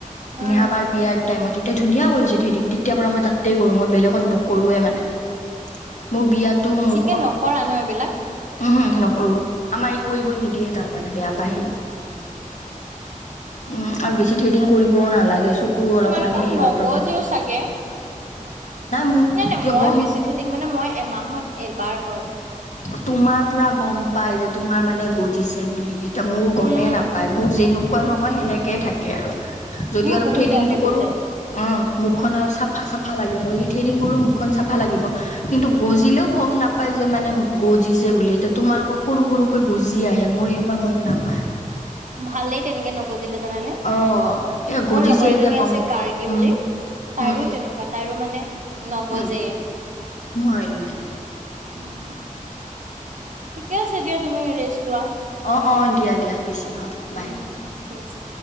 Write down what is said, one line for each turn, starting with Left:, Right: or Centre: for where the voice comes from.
Right: উম
Left: নহাবাৰ বিয়াৰ টাইমত এতিয়া ধুনীয়া কৰিছে ধেৰিং তেতিয়াৰ পৰা মই তাতেই কৰো মই বেলেগত নো <unintelligible> কৰোৱে মানে মোৰ বিয়াতটো <unintelligible>
Right: তে নকৰা ন এইবিলাক <unintelligible>
Left: উম হম নকৰো আমাৰ ই কৰিব নিদিয়ে তাৰমানে বেয়া পায়। উম আৰু বেছি থ্ৰেডিং কৰিবও নালাগে চ কো অলপমান
Right: তোমালোকৰ
Left: হেই
Right: নগজেও
Left: হয় প্ৰব্লেম
Right: চাগে
Left: মোক
Right: নাই নাই
Left: কিয়
Right: মই
Left: গম
Right: বেছি থেডিং মানে মই এমাহত এবাৰ কৰো
Left: উ তোমাৰ পুৰা গম পাই যে তোমাৰ মানে গজিছে বুলি, মোৰ গমেই
Right: উম
Left: নাপায় মোৰ যেনেকুৱা নহয় সেনেকে থাকে আৰু <unintelligible> যদি
Right: মোৰ
Left: অলপ
Right: বহুত
Left: থ্ৰেডিংটো
Right: বেয়াকে
Left: কৰো
Right: গজে
Left: উ মুখখন অলপ চাফা চাফা লাগে মই ই থ্ৰেডিং কৰো মুখখন চাফা লাগিব কিন্তু গজিলেও গম নাপ <unintelligible> পাই যে মানে গজিছে বুলি এতিয়া তোমালোকৰ সৰু সৰুকে গজি আহে মোৰ এনেকুৱা গম নাপায়
Right: ভালেই তেনেকে নগজ <unintelligible> জানাই নে
Left: অ', এ গজিছে
Right: মোৰ লগৰ
Left: এতিয়া
Right: এজনী
Left: গম
Right: আছে গাৰ্গী
Left: উম,
Right: বুলি। তাইৰো
Left: উম,
Right: তেনেকুৱা তাইৰো মানে নগজেই
Left: উম, হয় নেকি?
Right: উম ঠিকে আছে দিয়া তুমি ৰেষ্ট লোৱা
Left: অ অ দিয়া দিয়া পিছে অ বাই
Right: উম ঠিক আছে